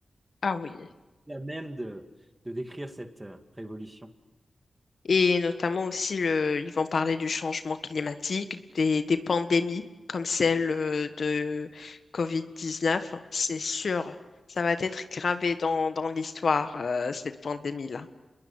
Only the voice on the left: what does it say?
Ah oui.
Et notamment aussi, le- ils vont parler du changement climatique, des, des pandémies comme celle euh, de Covid-19. C'est sûr, ça va être gravé dans, dans l'histoire, euh, cette pandémie-là.